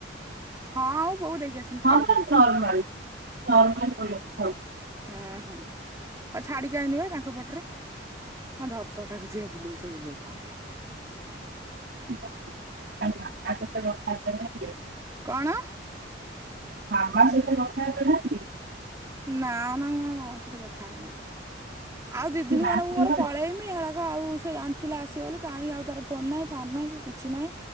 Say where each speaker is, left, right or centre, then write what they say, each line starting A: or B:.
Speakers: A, on the right (about 15°); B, on the right (about 55°).
A: ହଁ ପୁଅ କୁ ଦେଇକି ଆସିନି
B: ହଁ
A: ଛାଡିକି
B: ବା
A: ଆସିଲି
B: ନର୍ମାଲ ନର୍ମାଲ କଲ୍ କଥା
A: ହୁଁ ହୁଁ ଆଉ ଛାଡିକି ଆଇନିବା ତାଙ୍କ ପଟରେ ହଁ ଧରିଥା ତାକୁ ଯିଏ ବୁଲଉଛ ବୁଲଉଥା
B: <inaudible> <unintelligible> <unintelligible>
A: କଣ?
B: <unintelligible> ସେ ତ କଥା ହେଇପାରୁନାହାନ୍ତି
A: ନା ନା ମୁଁ ମୋ ମାମା ସହିତ କଥା ହେଇନି। ଆଉ ଦି
B: ସେ
A: ଦିନ
B: ନାହାନ୍ତି
A: ଗଲେ ମୁଁ ମୋର
B: ଘରେ
A: ପଳେଇବି ହେରା ଆଉ ସେ ଜାଣିଥିଲା ଆସିବ ବୋଲି କାହିଁ ଆଉ ତାର ଫୋନ ନାହିଁ ଫାନ ନାହିଁ କି କିଛି ନାଇ।